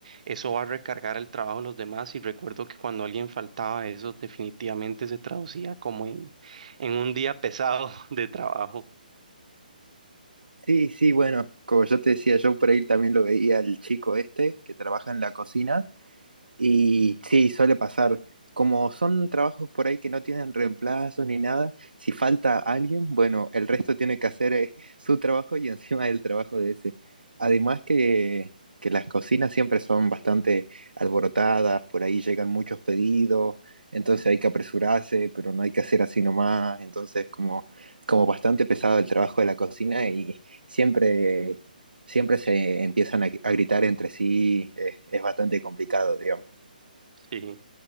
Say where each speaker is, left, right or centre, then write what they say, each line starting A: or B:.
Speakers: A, on the right; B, on the right.
A: eso va a recargar el trabajo de los demás. Y recuerdo que cuando alguien faltaba, eso definitivamente se traducía como en, en un día pesado <laughs> de trabajo.
B: Sí, sí, bueno, como yo te decía, yo por ahí también lo veía al chico este que trabaja en la cocina. Y sí, suele pasar. Como son trabajos por ahí que no tienen reemplazos ni nada, si falta alguien, bueno, el resto tiene que hacer eh, <laughs> su trabajo y encima el trabajo de ese. Además que, que las cocinas siempre son bastante alborotadas, por ahí llegan muchos pedidos, entonces hay que apresurarse, pero no hay que hacer así nomás, entonces como, como bastante pesado el trabajo de la cocina y siempre, siempre se empiezan a, a gritar entre sí, eh, es bastante complicado, digamos.
A: Sí,